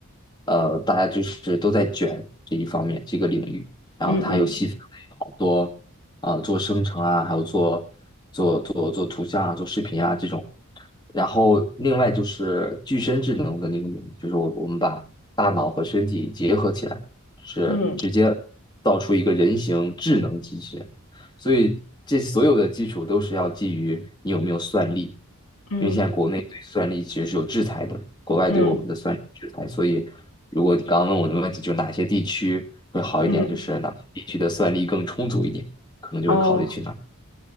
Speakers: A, on the left (about 20°); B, on the left (about 80°).
A: 呃，大家就是都在卷这一方面这个领域，然后它又细分为好多
B: 嗯嗯
A: 啊、呃做生成啊，还有做做做做图像啊，做视频啊这种，然后另外就是具身智能的那个领域，就是我我们把大脑和身体结合起来，是直接造出一个人形智能机器人。
B: 嗯
A: 所以这所有的基础都是要基于你有没有算力，
B: 嗯
A: 因为现在国内对算力其实是有制裁的，国外对我们的算力制裁。
B: 嗯
A: 所以，如果你刚刚问我的问题，就是哪些地区会好一点，
B: 嗯，
A: 就是哪些地区的算力更充足一点，可能就会考虑去哪。
B: 哦。